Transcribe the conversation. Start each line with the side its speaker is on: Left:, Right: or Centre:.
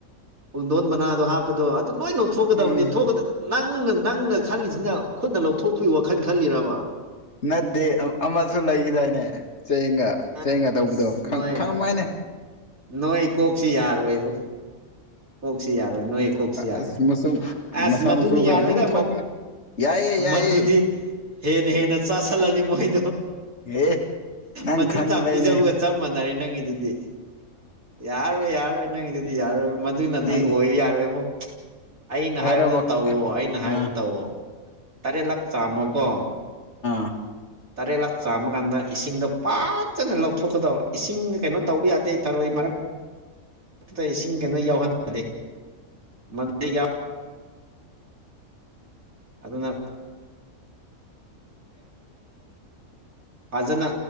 Right: ꯄꯨꯡꯗꯣꯟ ꯃꯅꯥꯗꯣ ꯍꯥꯞꯄꯗꯣ ꯑꯗꯨ ꯂꯣꯏꯅꯃꯛ ꯊꯣꯛꯀꯗꯕꯅꯤ
Left: ꯎꯝ
Right: ꯅꯪꯅ ꯅꯪꯅ ꯈꯜꯂꯤꯁꯤꯅ ꯈꯨꯠꯅ ꯂꯧꯊꯣꯛꯄꯒꯤ ꯋꯥꯈꯜ ꯈꯜꯂꯤꯔꯕ
Left: ꯅꯠꯇꯦ ꯑꯃꯁꯨ ꯂꯩꯈꯤꯗꯏꯅꯦ ꯆꯌꯦꯒ
Right: ꯑꯁ
Left: ꯆꯌꯦꯦꯡꯒ ꯇꯧꯕꯗꯣ ꯈꯪꯉꯝꯃ
Right: ꯅꯣꯏ
Left: ꯍꯥꯏꯅꯦ
Right: ꯅꯣꯏ ꯀꯣꯛꯁꯤ ꯌꯥꯔꯣꯏꯕꯨ ꯀꯣꯛꯁꯤ ꯌꯥꯔꯣꯏ ꯅꯣꯏ ꯀꯣꯛꯁꯤ ꯌꯥꯔꯣꯏ
Left: ꯑꯁ ꯃꯆꯨꯝ
Right: ꯑꯁ
Left: ꯃꯁꯥ
Right: ꯃꯗꯨꯅꯤ
Left: ꯃꯆꯨꯗꯣ
Right: ꯌꯥꯔꯣꯏꯗ
Left: ꯑꯗꯨꯝ ꯊꯣꯛꯄꯅꯦ ꯌꯥꯏꯌꯦ ꯌꯥꯏꯌꯦ
Right: ꯃꯗꯨꯗꯤ ꯍꯦꯟꯅ ꯍꯦꯟꯅ ꯆꯥꯁꯜꯂꯅꯤ ꯃꯣꯏꯗꯣ
Left: ꯑꯦ ꯅꯪ
Right: ꯃꯆꯤꯟꯖꯥꯛ
Left: ꯈꯪꯗꯕꯏꯅꯦ
Right: ꯄꯤꯖꯕꯒ ꯆꯞ ꯃꯥꯟꯅꯔꯦ ꯅꯪꯒꯤꯗꯨꯗꯤ ꯌꯥꯔꯣꯏ ꯌꯥꯔꯔꯣꯏ ꯅꯪꯒꯤꯗꯨꯗꯤ ꯌꯥꯔꯣꯏ ꯃꯗꯨꯅꯗꯤ
Left: ꯅꯪ
Right: ꯑꯣꯏ ꯌꯥꯔꯣꯏꯕꯣ ꯑꯩꯅ
Left: ꯍꯥꯏꯔꯣ
Right: ꯍꯥꯏꯕꯗ ꯇꯧꯋꯣ ꯑꯩꯅ
Left: ꯑꯥ
Right: ꯍꯥꯏꯕꯗ ꯇꯧꯋꯣ ꯇꯔꯦꯠ ꯂꯥꯛ ꯆꯥꯝꯃꯣꯀꯣ
Left: ꯑ
Right: ꯇꯔꯦꯠ ꯂꯥꯛ ꯆꯥꯝꯃ ꯀꯥꯟꯗ ꯏꯁꯤꯡꯗꯣ ꯐꯖꯅ ꯂꯧꯊꯣꯛꯀꯗꯕ ꯏꯁꯤꯡ ꯀꯩꯅꯣ ꯇꯧꯕ ꯌꯥꯗꯦ ꯊꯔꯣꯏ ꯃꯔꯛ ꯃꯛꯇꯗ ꯏꯁꯤꯡ ꯀꯩꯅꯣ ꯌꯥꯎꯍꯟꯗꯦ ꯃ ꯌꯥ ꯑꯗꯨꯅ ꯐꯖꯅ